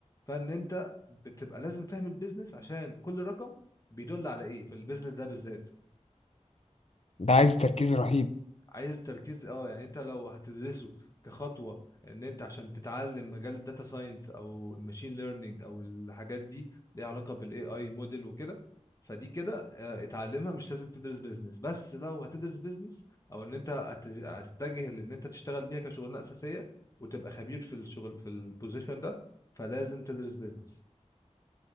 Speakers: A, on the left; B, on the left.
A: فان انت بتبقى لازم فاهم البيزنس عشان كل رقم بيدل على ايه في البيزنس ده بالذات
B: ده عايز تركيز رهيب
A: عايز تركيز اه يعني انت لو هتدرسه كخطوه ان انت عشان تتعلم مجال الداتا ساينس او الماشين ليرنينج او الحاجات دي ليها علاقه بالاي اي موديل وكده فدي كده آه، اتعلمها مش لازم تدرس بيزنس بس لو هتدرس بيزنس او ان انت هت- هتتجه لان انت تشتغل بيها كشغلانه اساسيه وتبقى خبير في الشغل في البوزيشن ده فلازم تدرس بيزنس